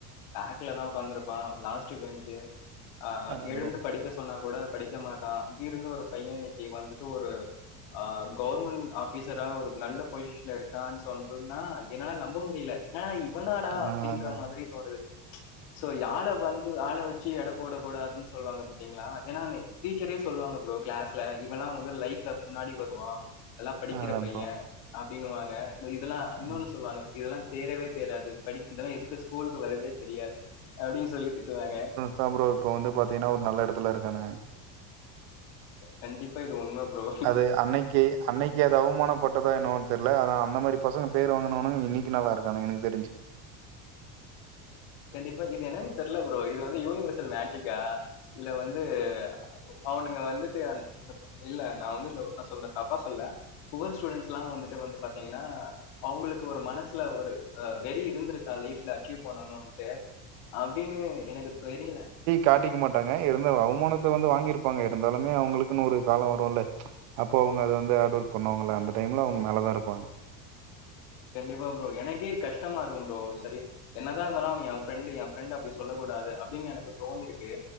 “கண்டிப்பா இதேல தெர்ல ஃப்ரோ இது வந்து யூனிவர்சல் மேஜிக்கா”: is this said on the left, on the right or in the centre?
Left